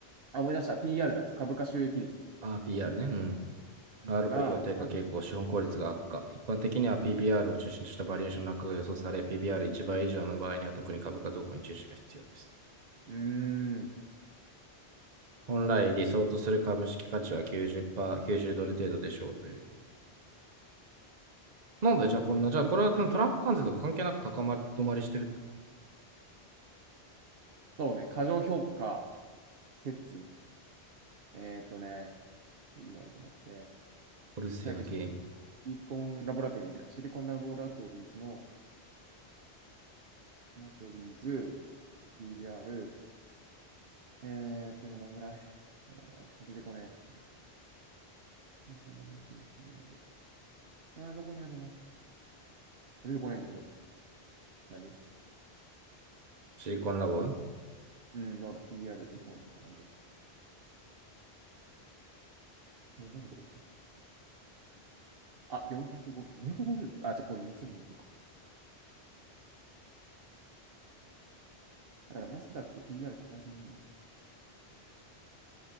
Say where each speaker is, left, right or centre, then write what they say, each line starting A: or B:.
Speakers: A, on the right; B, on the right.
A: あ思い出した。PR です。株価収益率ですね。
B: RPR ね。うん。
A: うん、
B: ROE
A: が、
B: は低下傾向、
A: う
B: 資本効率が悪化。一般的には PBR を中心としたバリエーションの悪化が予想され、PBR1 倍以上の場合には特に株価動向に注視が必要です。
A: ーん、
B: 本来理想とする株式価値は90%、90ドル程度でしょうということ。なんでじゃあこんな、じゃあこれはトランプ関税とか関係なく高まり止まりしてる。
A: そうね、過剰評価説。えーっとね、PR じゃなくて、
B: コルセアゲーミング。
A: なんだっけ、シリコンラボラトリーズか、シリコンラボラトリーズの、ラボラトリーズ、PR、えーっと、今どんぐらい、えー出てこねえ。シリコンラボラトリーズ PR あー、どこにあるの出てこないんだけど。なんで
B: シリコンラボ
A: うん、ほら、PR 出てこない。なんでもうなんでどこ行ったのあ、450、450? あ、てかこれ2020か。あだから、ナスダック PR 高いじゃねえんだよ。